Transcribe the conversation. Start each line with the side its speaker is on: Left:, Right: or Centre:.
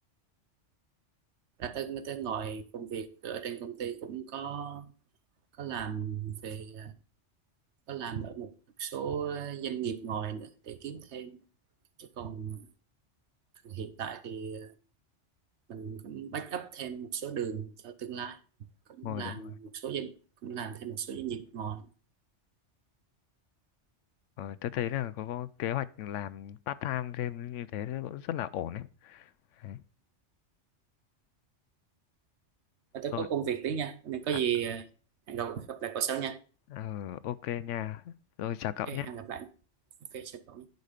Right: ra tới tới ngồi công việc ở trên công ty cũng có có làm về có làm ở một số doanh nghiệp ngoài nữa để kiếm thêm chứ còn hiện tại thì mình cũng back up thêm một số đường cho tương lai cũng
Left: ngồi
Right: làm
Left: đúng rồi.
Right: một số doanh cũng làm thêm một số doanh nghiệp ngoài
Left: Ờ, tôi thấy là có, có kế hoạch làm part time thêm như thế cũng rất là ổn đấy. Đấy.
Right: và tôi
Left: Rồi,
Right: có công việc tí nha nên có gì
Left: à,
Right: hẹn gặp gặp lại cậu sau nha
Left: ờ, ok nha. Rồi chào cậu
Right: ok
Left: nhé.
Right: hẹn gặp lại ok chào cậu